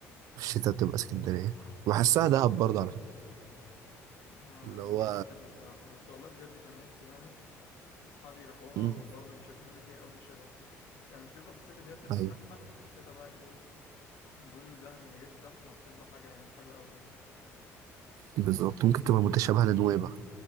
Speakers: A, on the right; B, on the left.
A: في الشتاء بتبقى اسكندرية وبحسها دهب برضه على فكرة
B: ما
A: اللي
B: ما
A: هو
B: جربتش الصراحة بس والله بجد كان نفسي يعني اصحابي راحوها
A: مم.
B: وبرضه بيشكروا لي فيها قوي في الشتاء يعني مشكلتها في الصيف اللي هي بتبقى
A: أيوة
B: زحمة بس في الشتاء بقى ايه بيقول له دهب من غير زحمة بتبقى حاجة يعني حلوة أوي يعني
A: بالظبط ممكن تبقى متشابهة لنويبع